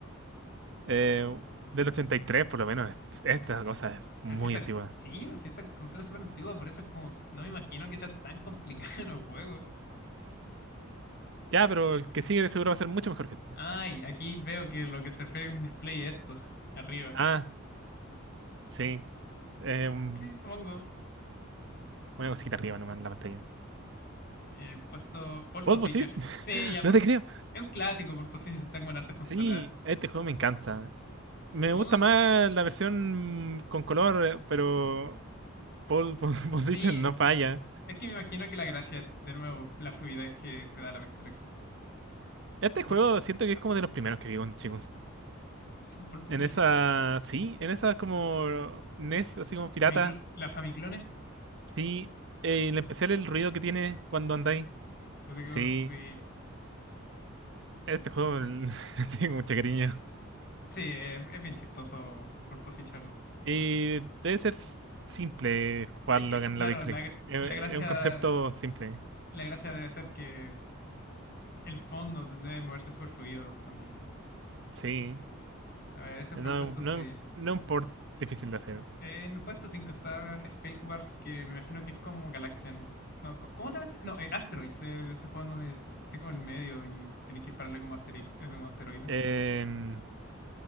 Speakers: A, on the right (about 55°); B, on the left (about 45°).
A: Eh, del 83 por lo menos, es- esta cosa es
B: Pero
A: muy
B: si esta-
A: antigua.
B: sí, o sea, consola es súper antigua, por eso es como, no me imagino que sea tan complicado <laughs> los juegos
A: Ya, pero el que sigue de seguro va a ser mucho mejor que este.
B: Ay, aquí veo que lo que se refiere a un display es esto, <laughs> arriba.
A: Ah, sí. eh, un-
B: Sí, supongo,
A: una cosita arriba nomás en la pantalla.
B: en el puesto pole position.
A: ¿Vos, Bochis? <laughs>
B: Sí, ya, pole-
A: No te creo.
B: es un clásico pole position, si están con hartas consolas.
A: Sí, este juego me encanta. Me
B: Supongo
A: gusta
B: que
A: más la versión con color, eh, pero Pole Po- <laughs> Position
B: sí,
A: no falla.
B: es que me imagino que la gracia, de nuevo, la fluidez que te da la Vectrex.
A: Este
B: Por-
A: juego siento que es como de los primeros que vi cuando chico.
B: <laughs> Pole position,
A: En esa, sí, en esa como NES, así como pirata.
B: Famiclo- la Famiclone.
A: Sí, eh, en especial el ruido que tiene cuando andáis.
B: Así
A: Sí,
B: como, sí,
A: este juego le <laughs> tengo mucho cariño.
B: sí, es, es bien chistoso pole position.
A: Y debe ser s- simple jugarlo
B: Es que,
A: acá en
B: claro,
A: la Victrix.
B: la, gra-
A: Eh,
B: la gracia,
A: Es un concepto simple,
B: la gracia debe ser que El fondo debe moverse súper fluido también.
A: sí.
B: A ver, ese
A: No,
B: fue el puesto
A: no,
B: seis
A: no es un port difícil de hacer.
B: En el puesto 5 está Space Wars, que me imagino que es como Galaxian. No, co- ¿cómo se llama? este? No, eh, Asteroids, eh, ese juego en donde esté como en el medio y tenéis que dispararle como, asteri- eh, como asteroide.
A: Em,